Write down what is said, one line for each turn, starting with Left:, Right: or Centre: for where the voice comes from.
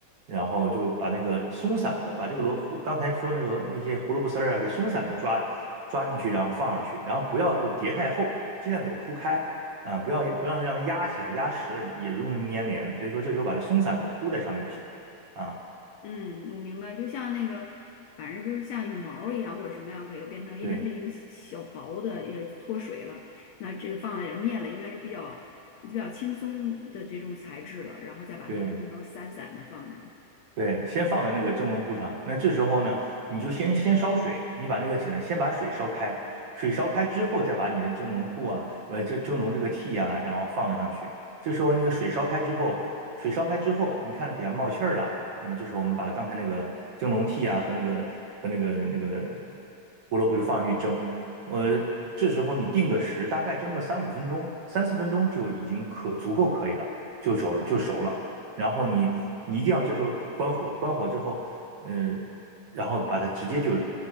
Right: 然后就把那个松散的，把这个萝卜刚才说那个那些胡萝卜丝儿啊，给松散的抓抓上去，然后放上去，然后不要就是叠太厚，尽量给它铺开啊，不要不要让它压起来，压实了也容易粘连，所以说这时候把它松散的铺在上面就行了啊，
Left: 嗯，我明白，就像那个，反正就是像羽毛儿一样或者什么样给变成，因为它已经小薄的也脱水了，
Right: 对
Left: 那这个放了点儿面了，应该是比较比较轻松的这种材质了，然后再把它弄成散散的放着。
Right: 对。对，先放在那个蒸笼布上。那这时候呢，你就先先烧水，你把那个纸先把水烧开，水烧开之后，再把你的蒸笼布啊，呃，这蒸笼这个屉啊，然后放了上去。这时候那个水烧开之后，水烧开之后，你看着底下冒气儿了，那么这时候我们把刚才那个蒸笼屉啊和那个和那个那个胡萝卜就放上去蒸。呃，这时候你定个时，大概蒸个三五分钟、三四分钟就已经可足够可以了，就熟就熟了。然后你你一定要这时候关火，关火之后，嗯，然后把它直接就